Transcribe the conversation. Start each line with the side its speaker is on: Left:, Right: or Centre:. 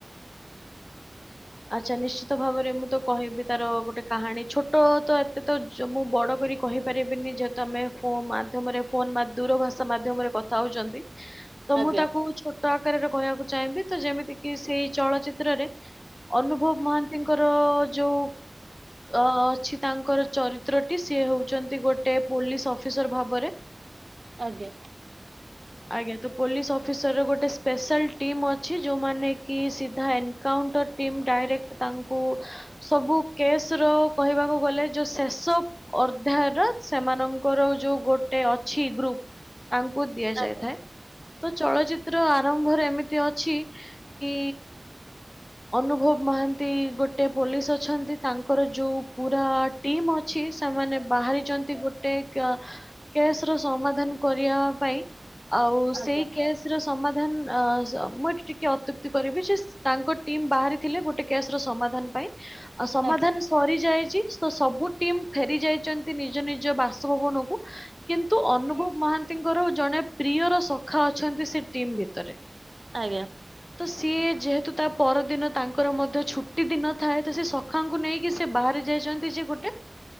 Left: <inaudible> ଆଚ୍ଛା ନିଶ୍ଚିତ ଭାବରେ ମୁଁ ତ କହିବି ତାର ଗୋଟେ କାହାଣୀ ଛୋଟ ତ ଏତେ ତ ମୁଁ ବଡ କରି କହିପାରିବିନି। ଯେହେତୁ ଆମେ ଫୋନ୍ ମାଧ୍ୟମରେ ଫୋନ୍ ଦୂର ଭାଷା ମାଧ୍ୟମରେ କଥା ହେଉଛନ୍ତି। ତ
Right: ଆଜ୍ଞା
Left: ମୁଁ ତାକୁ ଛୋଟ ଆକାରରେ କହିବାକୁ ଚାହିଁବି। ତ ଯେମିତି କିି ସେଇ ଚଳଚିତ୍ରରେ ଅନୁଭବ ମହାନ୍ତିଙ୍କର ଯୋଉ ଅ ଅଛି ତାଙ୍କର ଚରିତ୍ର ଟି ସିଏ ହଉଛନ୍ତି ଗୋଟେ ପୋଲିସ ଅଫିସର ଭାବରେ
Right: ଆଜ୍ଞା।
Left: ଆଜ୍ଞା ତ ପୋଲିସ ଅଫିସର ର ଗୋଟେ ସ୍ପେଶାଲ ଟିମ୍ ଅଛି, ଯଉମାନେ କି ସିଧା ଏନ୍ କାଉଣ୍ଟର ଟିମ୍ ଡାଇରେକ୍ଟ ତାଙ୍କୁ ସବୁ କେସ ର କହିବାକୁ ଗଲେ ଯୋଉ ସେ <unintelligible> ସେମାନଙ୍କର ଯୋଉ ଗୋଟେ ଅଛି ଗ୍ରୁପ ତାଙ୍କୁ ଦିଆଯାଇଥାଏ।
Right: ଆଜ୍ଞା
Left: ତ ଚଳଚିତ୍ର ଆ ଆରମ୍ଭରେ ଏମିତି ଅଛି। କି ଅନୁଭବ ମହାନ୍ତି ଗୋଟେ ପୋଲିସ ଅଛନ୍ତି। ତାଙ୍କର ଯୋଉ ପୁରା ଟିମ ଅଛି ସେମାନେ ବାହାରିଛନ୍ତି ଗୋଟେ କ କେସ ର ସମାଧାନ କରିବା ପାଇଁ। ଆଉ ସେଇ
Right: ଆଜ୍ଞା
Left: କେସ ର ସମାଧାନ ଅ ମୁଁ ଏଠି ଟିକେ ଅତ୍ୟୁକ୍ତି କରିବି ଯେ ତାଙ୍କ ଟିମ୍ ବାହାରିଥିଲେ ଗୋଟେ କେସ ର ସମାଧାନ ପାଇଁ। ଆ ସମାଧାନ
Right: ଆଜ୍ଞା।
Left: ସରି ଯାଇଛି। ତ ସବୁ ଟିମ୍ ଫେରି ଯାଇ ନିଜ ନିଜ ବାସଭବନ କୁ। କିନ୍ତୁ ଅନୁଭବ ମହାନ୍ତିଙ୍କର ଜଣେ ପ୍ରିୟର ସ ଖା ଅଛନ୍ତି ସେ ଟିମ୍ ଭିତରେ।
Right: ଆଜ୍ଞା।
Left: ତ ସିଏ ଯେହେତୁ ତା ପରଦିନ ତାଙ୍କର ମଧ୍ୟ ଛୁଟି ଦିନ ଥାଏ। ତ ସେ ସଖାଙ୍କୁ ନେଇକି ସେ ବାହାରେି ଯାଇଛନ୍ତି ସେ ଗୋଟେ